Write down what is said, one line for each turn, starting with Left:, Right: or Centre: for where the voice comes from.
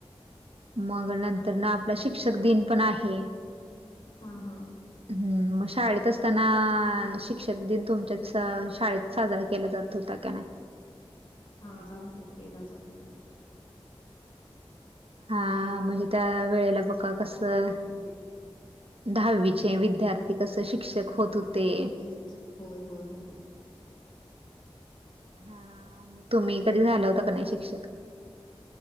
Right: मग नंतरन आपला शिक्षक दिन पण आहे.
Left: हा हा.
Right: हम्म, मग शाळेत असताना शिक्षक दिन तुमच्याच शाळेत साजरा केला जात होता का नाही?
Left: हा जात होता, केला जात होता की.
Right: हा
Left: जे
Right: म्हणजे त्या वेळेला बघा कसं
Left: म्हणजे
Right: दहावीचे विद्यार्थी कसं शिक्षक होत होते.
Left: की होय होय हो
Right: हा तुम्ही कधी झाला होता का नाही शिक्षक?